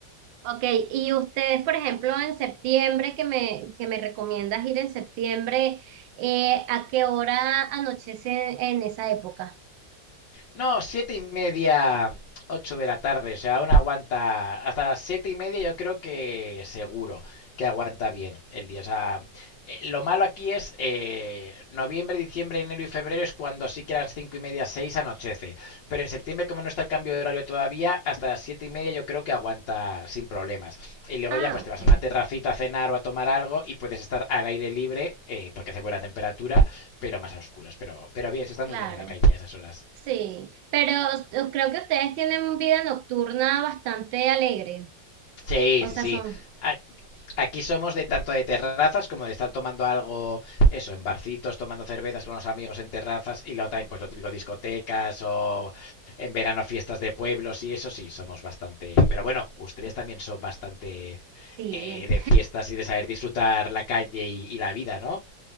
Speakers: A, on the right; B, on the left.
A: Ok, y ustedes, por ejemplo, en septiembre, que me, que me recomiendas ir en septiembre, eh, ¿a qué hora anochece en esa época?
B: No, siete y media, ocho de la tarde. O sea, aún aguanta. Hasta las siete y media, yo creo que seguro que aguanta bien el día. O sea, eh, lo malo aquí es eh, noviembre, diciembre, enero y febrero es cuando sí que a las cinco y media, seis anochece. Pero en septiembre, como no está el cambio de horario todavía, hasta las siete y media yo creo que aguanta sin problemas. Y luego
A: Ah,
B: ya pues te
A: ok,
B: vas a una terracita a cenar o a tomar algo y puedes estar al aire libre eh, porque hace buena temperatura, pero más a oscuras. Pero, pero bien, se está
A: claro.
B: muy bien en la calle a esas horas.
A: Sí, pero eh, creo que ustedes tienen vida nocturna bastante alegre.
B: Sí,
A: O
B: sí,
A: sea,
B: sí.
A: son...
B: A- Aquí somos de tanto de terrazas como de estar tomando algo, eso, en barcitos, tomando cervezas con los amigos en terrazas y luego también pues lo típico discotecas o en verano fiestas de pueblos y eso sí, somos bastante... Pero bueno, ustedes también son bastante
A: Sí.
B: eh, de fiestas y de saber disfrutar la calle y, y la vida, ¿no?